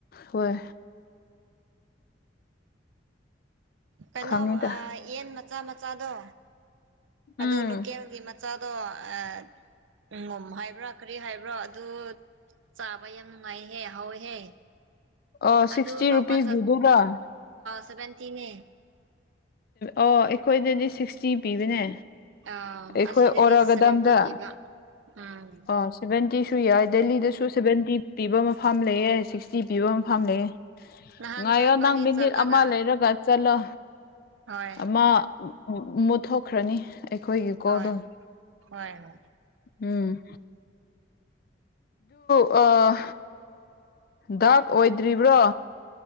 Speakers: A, on the left; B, on the right.
A: ꯍꯣꯏ
B: ꯀꯩꯅꯣ
A: ꯈꯪꯉꯤꯗ
B: ꯌꯦꯟ ꯃꯆꯥ ꯃꯆꯥꯗꯣ
A: ꯎꯝ
B: ꯑꯗꯨ ꯂꯣꯀꯦꯜꯒꯤ ꯃꯆꯥꯗꯣꯝ ꯍꯥꯏꯕ꯭ꯔꯥ ꯀꯔꯤ ꯍꯥꯏꯕ꯭ꯔꯥ ꯑꯗꯨ ꯆꯥꯕ ꯌꯥꯝ ꯅꯨꯡꯉꯥꯏꯍꯦ ꯍꯥꯎꯋꯦꯍꯦ
A: ꯑꯣ ꯁꯤꯛꯁꯇꯤ
B: ꯑꯗꯨ ꯂꯥꯛꯧꯕ
A: ꯔꯨꯄꯤꯁꯀꯤꯗꯨꯔ
B: ꯆ ꯁꯚꯦꯟꯇꯤꯅꯦ
A: ꯑꯣ ꯑꯩꯈꯣꯏꯗꯗꯤ ꯁꯤꯛꯁꯇꯤ ꯄꯤꯕꯅꯦ
B: ꯑꯥ
A: ꯑꯩꯈꯣꯏ
B: ꯑꯁꯤꯗꯗꯤ
A: ꯑꯣꯔꯛꯒꯗꯝꯗ
B: ꯁꯚꯦꯟꯇꯤ ꯄꯤꯕ ꯎꯝ
A: ꯑꯣ ꯁꯚꯦꯟꯇꯤ ꯁꯨ ꯌꯥꯏ ꯗꯦꯜꯂꯤꯗꯁꯨ ꯁꯚꯦꯟꯇꯤ ꯄꯤꯕ ꯃꯐꯝ ꯂꯩ ꯁꯤ ꯇꯤ ꯄꯤꯕ ꯑꯃ ꯐꯝ ꯂꯩꯦ
B: ꯅꯍꯥꯟꯁꯨ
A: ꯉꯥꯏꯌꯣ
B: ꯏꯕꯥꯅꯤ
A: ꯅꯪ ꯃꯤꯅꯤꯠ
B: ꯆꯠꯂꯒ
A: ꯑꯃ ꯂꯩꯔꯒ ꯆꯠꯂꯣ
B: ꯍꯣꯏ
A: ꯑꯃ ꯃꯨꯠꯊꯣꯛꯈ꯭ꯔꯅꯤ ꯑꯩꯈꯣꯏꯒꯤ ꯀꯗ
B: ꯍꯣꯏ ꯍꯣꯏ ꯍꯣꯏ
A: ꯎꯝ ꯑ ꯗꯥꯛ ꯑꯣꯏꯗ꯭ꯔꯤꯕꯕ꯭ꯔꯣ